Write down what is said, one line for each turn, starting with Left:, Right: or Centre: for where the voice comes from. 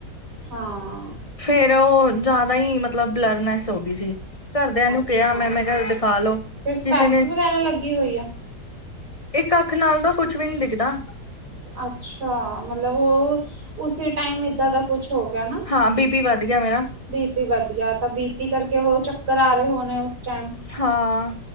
Right: ਹਾਂ
Left: ਫਿਰ ਉਹ ਜ਼ਿਆਦਾ ਹੀ ਮਤਲਬ ਬਲਰਨੈਸ ਹੋ ਗਈ ਸੀ ਘਰਦਿਆਂ ਨੂੰ
Right: ਅੱਛਾ
Left: ਕਿਹਾ ਮੈਂ ਮੈਂ ਕਿਹਾ ਦਿਖਾਲਓ
Right: ਫਿਰ ਸਪੈਕਸ
Left: ਕਿਸੇ ਨੇ
Right: ਵਗੈਰਾ ਲੱਗੀ ਹੋਈ ਆ।
Left: ਇੱਕ ਅੱਖ ਨਾਲ ਤਾਂ ਕੁੱਛ ਵੀ ਨੀ ਦਿਖਦਾ
Right: ਅੱਛਾ ਮਤਲਬ ਉਹ ਉਸੇ ਟਾਈਮ ਏਦਾਂ ਦਾ ਕੁਛ ਹੋ ਗਿਆ ਨਾ
Left: ਹਾਂ ਬੀ ਪੀ ਵੱਧ ਗਿਆ ਮੇਰਾ
Right: ਬੀ ਪੀ ਵੱਧ ਗਿਆ ਤਾਂ ਬੀਪੀ ਕਰਕੇ ਉਹ ਚੱਕਰ ਆ ਰਹੇ ਹੋਣੇ ਉਸ ਟਾਈਮ
Left: ਹਾਂ